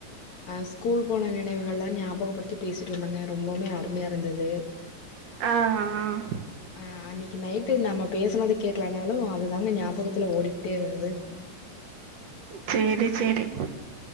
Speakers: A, on the left (about 60°); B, on the right (about 75°).
A: அஹ் ஸ்கூல் போன நினைவுகள்லா ஞாபகப்படுத்தி பேசி ட்டு இருந்தோங்க ரொம்போமே அருமையா இருந்தது
B: ஆஹ் அஹ்
A: ஆ அன்னக்கு நைட்டு நம்ம பேசுனது கேக்லனாலு அதுதாங்க ஞாபகத்துல ஓடிக்ட்டே இருந்தது
B: சேரி சேரி